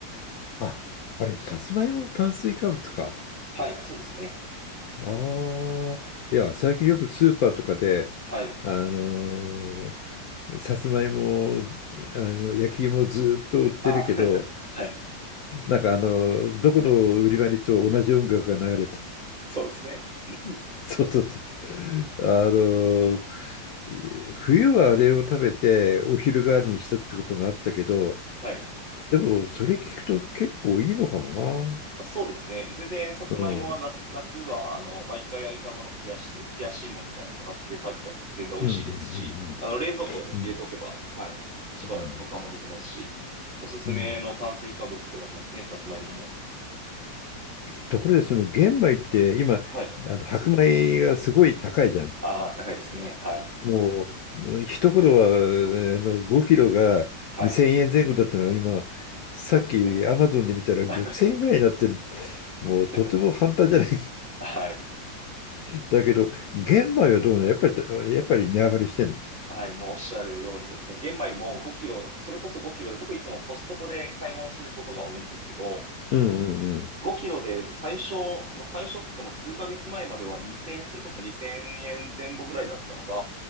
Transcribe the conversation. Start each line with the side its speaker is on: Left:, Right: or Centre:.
Left: あ。あ、あれ、さつまいも炭水化物か。
Right: はい、そうですね。
Left: ああ、いや、最近よくスーパーとかで、
Right: はい。
Left: あのーさつまいも、ずあの焼き芋ずっと売ってるけど、
Right: あ、<laughs> はい。
Left: なんかあのーどこの売り場に行っても同じ音楽が流れて、
Right: そうですね。<clears throat>
Left: <laughs> そうそうそう。あのー冬はあれを食べてお昼代わりにしたってこともあったけど、
Right: はい。
Left: でもそれ聞くと結構いいのかもな。
Right: あそうですね。全然、さつまいもは夏、
Left: うん。うん
Right: 夏は、あの、毎回焼いたものを冷やして、冷やし芋みたいな形で食べても全然美味しいですし、
Left: うん
Right: あの、冷蔵庫に入れておけば、
Left: うんうん。うん
Right: はい、しばらく保管もできますし、
Left: うん
Right: おすすめの炭水化物ではありますね、
Left: うん
Right: さつまいもも。
Left: ところでその玄米って今
Right: はい。
Left: あの白米がすごい高いじゃん。
Right: ああ、高いですね。はい。
Left: もう一頃はあの5キロが2000円前後だったのが今さっきアマゾンで見たら6000円ぐらいになってる。
Right: はい。そうですね。<laughs>
Left: もうとても半端じゃない
Right: 高く、はい。
Left: <laughs> だけど玄米はどうなのやっぱりやっぱり値上がりしてんの。
Right: はい、もうおっしゃるようにですね、玄米も5キロ、それこそ5キロで、僕いつもコストコで買い物することが多いんですけど、
Left: うんうん
Right: 5キロで最初、まあ、最初っつっても数ヶ月前までは2000円、それこそ2000円前後ぐらいだったのが、